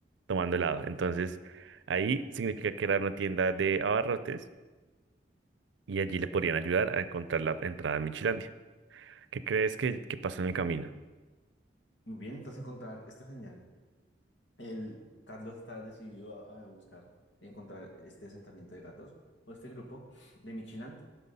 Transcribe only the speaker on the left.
Muy bien, entonces encontrar esta señal. El Carlos está decidido a, a buscar y encontrar este asentamiento de gatos o este grupo de Michiland.